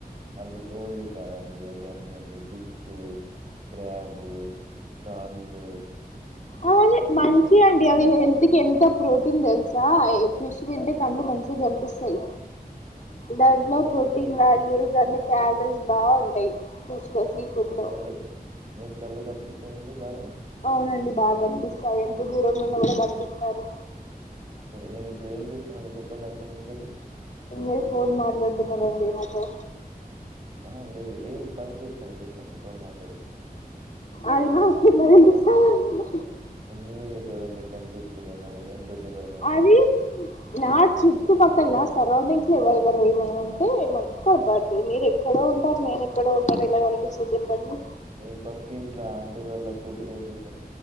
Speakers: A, on the right; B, on the left.
A: అవి ఓన్లీ కాదండి అవి అన్నీ అండి ఫిష్ క్రాబ్ ప్రాన్స్
B: అవన్ని మంచివి అండి అవి హెల్త్ హెల్త్ కి ఎంత ప్రోటీన్ తెలుసా ఫిష్ తింటే కండ్లు మంచిగా కనిపిస్తాయి దాంట్లో
A: మీకు కనిపిస్తాయండి?
B: ప్రోటీన్ వాల్యూస్ దాంట్లో క్యాలరీస్ బాగుంటాయి లో సీ ఫుడ్
A: మీకు
B: లో
A: కళ్ళు మీకు కళ్ళు కనిపిస్తాయండి బాగా
B: అవునండి బాగా కనిపిస్తాయి ఎంత దూరంలో ఉన్నా
A: ఇప్పుడు
B: కూడా కనిపిస్తారు
A: సరే నేనిప్పుడు ఏం చేస్తున్నానో చెప్పండి అక్కడి నుంచెల్లి?
B: మీరు ఫోన్ మాట్లాడుతున్నరండినాతో
A: ఆ లేదు ఏం పని చేస్తానో చెప్పండి ఫోన్ మాట్లాడుతు
B: అది మా కెలా తెలుస్తదండి
A: మీరే కదండి కనిపిస్తుదన్నారు ఎంత దూరంలో ఉన్నా.
B: అది నా చుట్పక్కల నా సరౌండింగ్ ఎవరు ఎవరు ఏమన్నా ఉంటే ఏమ కొనపడుతుంది మీరు ఎక్కడో ఉంటారు నేను ఎక్కడో ఉంటారు ఇలా అనిపిస్తుంది చెప్పండి
A: మీ పక్కింట్ల అంటి వాళ్ళ కూతురు ఏం చేస్త